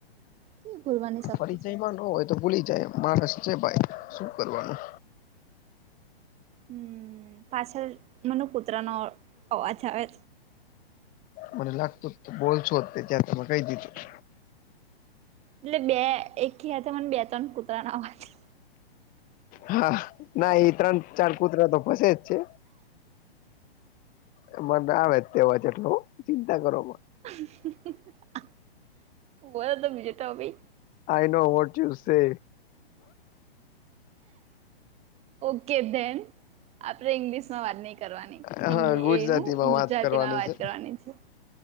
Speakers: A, on the right; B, on the left.
A: કેવી ભૂલવાની શક્તિ
B: પરિચયમાં
A: છે.
B: ન હોય તો ભૂલી જાય માણસ છે ભાઈ શું કરવાનું
A: હમ પાછળ મને કૂતરાનો અવાજ આવે
B: મને લાગતું જ તો બોલશો ત્યાંમે કહી દીધું-
A: એટલે બે એક ખયા મને બે ત્રણ કૂતરા નાવાથી.
B: હા ના એ ત્રણ ચાર કુતરા તો ફસે જ છે. એ મને આવે જ તેવા છે. એટલો ચિંતા કરો
A: હ <inaudible> ઉ તો બજટ હો <unintelligible>
B: I know what you say.
A: Okay then આપણે ઇંગ્લિશ માં વાત નહી કરવાની
B: હા
A: હિન્દી
B: ગુજરાતીમાં
A: એ હું ગુજરાતી
B: વાત કરવાની
A: માં વાત
B: છે
A: કરવાની છે.